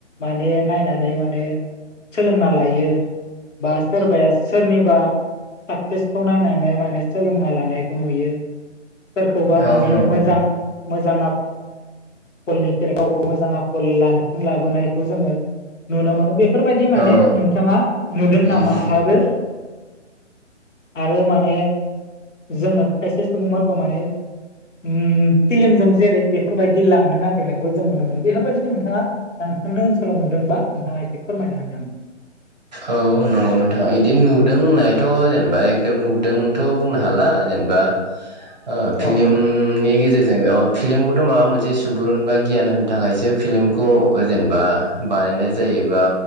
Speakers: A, on the left (about 80°); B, on the right (about 35°).
A: माने नायनानै माने सोलोंना लायो बा सोरबाया सोरनिबा साक्सेसखौ नायनानै माने सोलोंना लानायखौ नुयो। सोरखौबा
B: औ
A: माने
B: नंगौ
A: मोजां
B: नोंथां
A: मोजां आख खलनि गावखौ मोजां आखल <unintelligible> लाबोनायखौ जोङो नुनो मोनो बेफोरबायदि माने
B: औ
A: नोंथाङा नुदों
B: नुयो
A: नामा
B: नुयो
A: आरो आरो माने जोङो खायसे सुबुंफोरखौ माने उम फिलमजों जेरै बेफोरबायदि लांनो नागिरनायखौ जों नुनो मोनो बेफोरबायदि जों नोंथाङा लांखानाय ओनसोलाव नुदोंबा नोंथाङा एसे फोरमायना होदो आंनो
B: औ नंगौ नोंथाङा इदि नुदों होननायाथ' जेनेबा एखदम नुदोंथ' बुंनो हाला जेनेबा ओ फिलिमनि
A: औ औ
B: गेजेरजों अ फिल्म खौथ' माबा मोनसे सुबुरुन बा गियान होनो थाखायसो फिल्मखौ जेनबा बानायनाय जायोबा